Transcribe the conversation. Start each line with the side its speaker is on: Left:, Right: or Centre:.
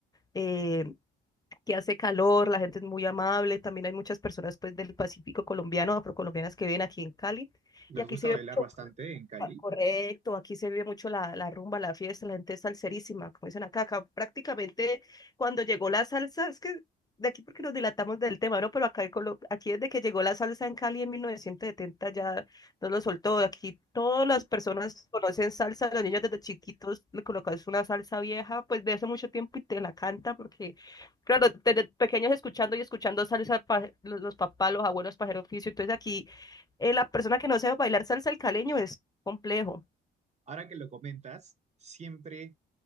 Left: eh, que hace calor, la gente es muy amable, también hay muchas personas pues del Pacífico colombiano, afrocolombianas que viven aquí en Cali. Y
Right: Les
Left: aquí
Right: gusta
Left: se ve
Right: bailar
Left: mucho
Right: bastante en Cali.
Left: Ah, Correcto, aquí se vive mucho la, la rumba, la fiesta, la gente es salserísima, como dicen acá, acá prácticamente cuando llegó la salsa, es que de aquí porque nos dilatamos del tema, ¿no? Pero acá en Colo- aquí desde que llegó la salsa en Cali en 1970 ya no lo soltó, aquí todas las personas conocen salsa, los niños desde chiquitos le colocas una salsa vieja, pues de hace mucho tiempo y te la canta porque, claro, desde pequeños escuchando y escuchando salsa, pa- los, los papás, los abuelos, pajeros oficio, entonces aquí eh, la persona que no sabe bailar salsa al caleño es complejo.
Right: Ahora que lo comentas, siempre